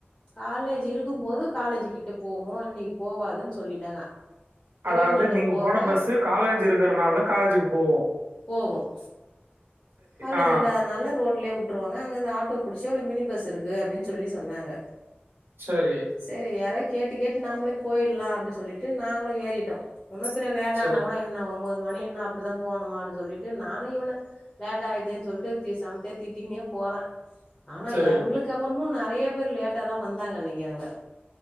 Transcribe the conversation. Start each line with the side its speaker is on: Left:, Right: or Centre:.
Left: காலேஜ் இருக்கும் போது காலேஜு கிட்ட போவோம் இன்னைக்கு போவாதுன்னு சொல்லிட்டாங்க திருவண்ணாலூர்
Right: அதாவது நீங்க
Left: போங்க
Right: போன பஸ்ஸு காலேஜ் இருக்கறனால காலேஜுக்கு போவும்
Left: போகும் காலேஜ்
Right: ஆ
Left: இல்லாதனால ரோட்லே வுட் ருவாங்க அங்க இருந்து ஆட்டோ புடிச் சுவலி மினி பஸ் இருக்கு அப்படின்னு சொல்லி சொன்னாங்க
Right: சரி
Left: செரி எறக் கேட்டு கேட்டு நம்மளே போயிடலாம் அப்படின்னு சொல்லிட்டு நாங்களே ஏறிட்டோம் முன்ன பின்ன லேட்டானா
Right: சரி
Left: கூட என்னா இப்ப மணி என்ன அப்படிதான் போனும்மான்னு சொல்லிட்டு நானும் இவன லேட் ஆயித்துேன்னு சொல்லிட்டு சமத்தேயா திட்டிக்கின்னே போறேன் ஆனா
Right: சரி
Left: எங்களுக்கு அப்புறமும் ந றைய பேர் லேட்டா தான் வந்தாங்க அன்னைக்கு அங்க